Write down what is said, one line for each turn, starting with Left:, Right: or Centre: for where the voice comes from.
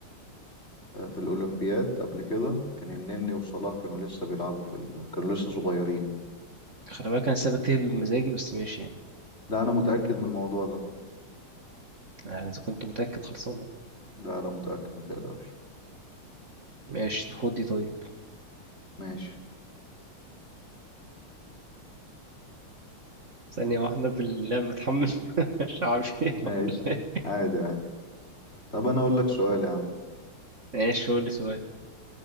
Left: آه، في الاولمبياد قبل كده كان النني وصلاح كانوا لسه بيلعبوا في ال... كانوا لسه صغيرين
Right: خلي بالك انا سايبك تهبد بمزاجي بس ماشي يعني
Left: لا انا متأكد من الموضوع ده
Right: يعني اذا كنت متاكد خلصانه
Left: لا لا متأكد ما تقلقش
Right: ماشي طب خد دي طيب
Left: ماشي
Right: ثانيه واحده في اللعبه بتحمل <laughs> مش عارف
Left: <laughs>
Right: ايه
Left: ماشي
Right: <laughs>
Left: عادي عادي طب انا اقول لك سؤال يا عم
Right: ماشي قول لي سؤال